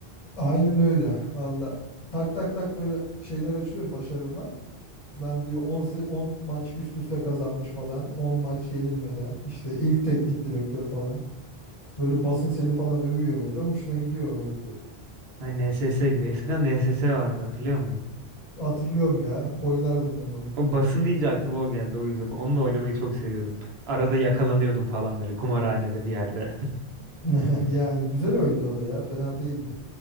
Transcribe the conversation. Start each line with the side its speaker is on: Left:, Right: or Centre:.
Left: Aynen öyle valla. Tak tak tak böyle şeyler açılıyor başarımlar. Lan diyor on se- 10 maç üst üste kazanmış falan. on maç yenilmeden. işte ilk teknik direktör falan. Böyle basın seni falan övüyor böyle. Hoşuna gidiyor o övgü.
Right: Hani NSS gibi. Eskiden NSS vardı hatırlıyor musun?
Left: Hatırlıyorum ya. Oynardım ben onu.
Right: O basın deyince aklıma o geldi o yüzden. Onunla oynamayı çok seviyordum. Arada yakalanıyordum falan böyle kumarhanede bir yerde.
Left: <laughs> Yani güzel oyundu o da ya. Fena değildi.